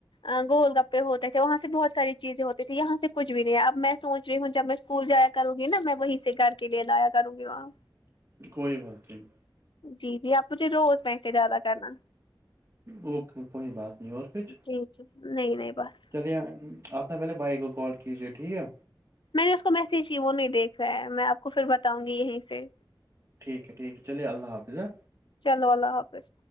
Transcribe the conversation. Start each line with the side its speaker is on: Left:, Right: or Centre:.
Left: ا گول گپے ہوتے وہا سے بہت ساری چیزیں ہوتی تھی یہاں سے کچھ بھی نہیں اب میں سوچ رہی ہوں جب میں اسکول جا کر گی نا میں وہیں سے گھر کلے لایا لیا کرو گی وہاں
Right: کوئی بات نہیں
Left: جی جی آپ مجھے روز پیسے ڈالا کرنا
Right: اوکے کوئی بات نہیں اور کچھ
Left: جی جی نہیں نہیں بس
Right: چلیے آپ سب سے پہلے بائی کو کال کیجیے ٹھیک ہے
Left: میں نے اس کو میسج کی وہ نہیں دیکھ رہا ہے میں آپ کو پھر بتاؤں گی یہیں سے
Right: ٹھیک ہے ٹھیک ہے چلیے اللہ حافظ ہاں
Left: چلو اللہ حافظ